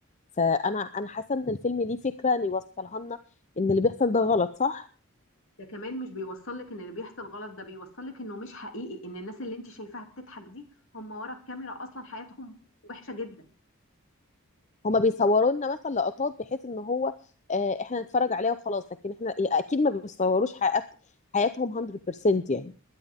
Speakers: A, on the left (about 30°); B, on the left (about 60°).
A: فانا انا حاسة ان الفيلم ليه فكرة ان يوصلها لنا ان اللي بيحصل ده غلط صح
B: ده كمان مش بيوصل لك ان اللي بيحصل غلط ده بيوصل لك انه مش حقيقي ان الناس اللي انت شايفاها بتضحك دي هم ورا الكاميرا اصلا حياتهم وحشة جدا
A: هما بيصوروا لنا مثلا لقطات بحيث ان هو آه، احنا نتفرج عليها وخلاص لكن احنا اكيد ما بيصوروش حيات حياتهم 100% يعني